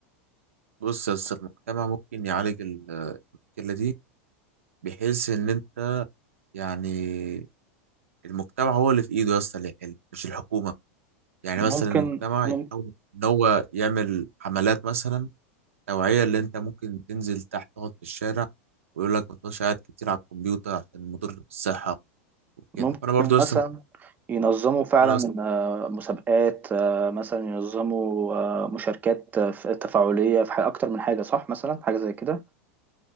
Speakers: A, on the right; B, on the right.
A: بص يا اسطى المجتمع ممكن يعالج ال- المشكلة دي بحيث إن أنت يعني المجتمع هو اللي في إيده يا اسطى اللي يحل مش الحكومة يعني مثلا
B: ممكن
A: المجتمع
B: ممكن
A: يحاول إن هو يعمل حملات مثلا توعية اللي أنت ممكن تنزل تحت تقعد في الشارع ويقول لك ما تبقاش قاعد كتير على الكمبيوتر عشان مضر بالصحة وكده
B: ممكن
A: فأنا برضو يا
B: مثلا
A: اسطى
B: ينظموا فعلا
A: أنا مثلا
B: آه، مسابقات آه، مثلا ينظموا آه، مشاركات آه، ف- تفاعلية في ح- أكتر من حاجة صح مثلا حاجة زي كده